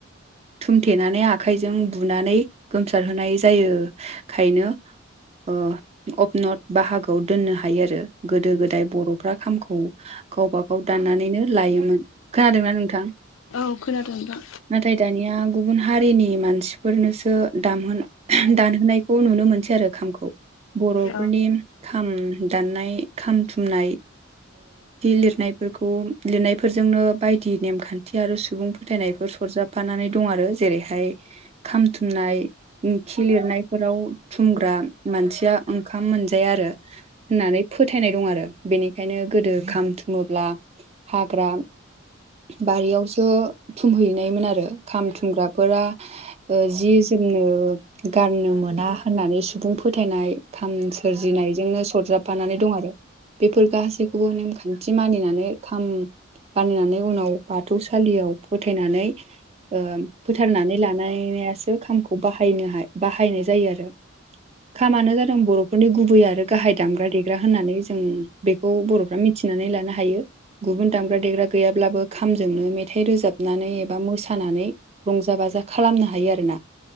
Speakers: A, on the right; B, on the left.
A: थुमथेनानै आखाइजों बुनानै गोमसारहोनाय जायो। खायनो औ अपनथ बाहागोआव दोननो हायो आरो गोदो गोदाय बर'फ्रा खामखौ गावबा गाव दाननानैनो लायोमोन खोनादोंना नोंथां?
B: औ खोनादों नोंथां
A: नाथाय दानिया गुबुन हारिनि मानसिफोरनोसो दामहोनो दानहोनायखौ नुनो मोनसै आरो खामखौ बर'फोरनि
B: औ
A: खाम दाननाय खाम थुमनाय लिरनायफोरखौ लिरनायफोरजोंनो बायदि नेमखान्थि आरो सुबुं फोथायनायफोर सरजाब खाफानानै दं आरो जेरैहाय खाम थुननाय ओंखि लिरनायफोराव थुमग्रा मानसिया ओंखाम मोनजाया आरो। होननानै फोथायनाय दं आरो बेनिखायनो गोदो ओं खाम थुमोब्ला हाग्रा बारियावसो थुमहैनायमोन आरो खाम थुमग्राफोरा। ओ जि जोमनो गारनो मोना होननानै सुबुं फोथायनाय खाम सोरजिनायजोंनो सरजाबफानानै दं आरो। बेफोर गासैखौबो नेम खान्थि मानिनानै खाम बानिनानै उनाव बाथौसालियाव फोथायनानै ओ फोथारनानै लानायासो खामखौ बाहायनो हा बाहायनाय जायो आरो। खामानो जादों बर'फोरनि गुबै आरो गाहाय दामग्रा देग्रा होननानै जों बेखौ बर'फ्रा मिथ थिनानै लानो हायो। गुबुन दामग्रा देग्रा गैयाब्लाबो खामजोंनो मेथाइ रोजाबनानै एबा मोसानानै रंजा बाजा खालामनो हायो आरोना।